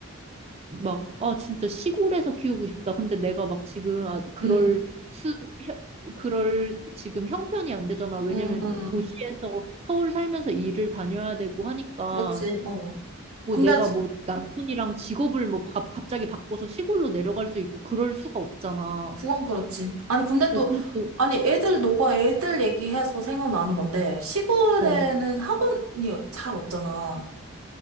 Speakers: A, on the right (about 30°); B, on the right (about 85°).
A: 막, 아, 진짜 시골에서 키우고 싶다. 근데 내가 막 지금, 아, 그럴
B: 응
A: 수, 혀- 그럴 지금 형편이 안 되잖아. 왜냐면
B: 응응
A: 도시에서 서울 살면서 일을 다녀야 되고 하니까.
B: 그렇지, 어.
A: 뭐
B: 근데,
A: 내가
B: 지-
A: 뭐 남편이랑 직업을 뭐 바, 갑자기 바꿔서 시골로 내려갈 수 있고 그럴 수가 없잖아.
B: 그건 그렇지. 아니, 근데
A: 어,
B: 또,
A: 근데 또,
B: 아니, 애들, 너가 애들 얘기해서 생각나는 건데, 시골에는
A: 어, 어.
B: 학원이 잘 없잖아.